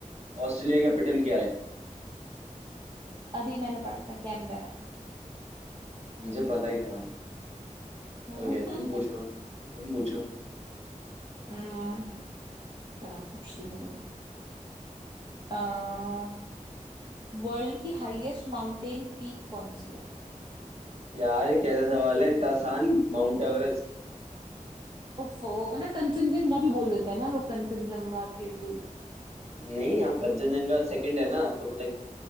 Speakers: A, on the right (about 55°); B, on the right (about 35°).
A: ऑस्ट्रेलिया की कैपिटल क्या है
B: अभी मैंने पढ़ा था कैनबेरा
A: मुझे पता ही था
B: हम्म
A: ओके तुम पूछो तुम पूछो
B: हम्म, चल मैं पूछती हूँ आ, वर्ल्ड की हाईएस्ट माउंटेन पीक कौन सी है
A: यार ये कैसा सवाल है इतना आसान Mount Everest
B: ओफो मतलब कंचनजंगा भी बोल देते हैं ना लोग कंचनजंगा के टू
A: नहीं यहाँ कंचनजंगा सेकंड है ना तो लाइक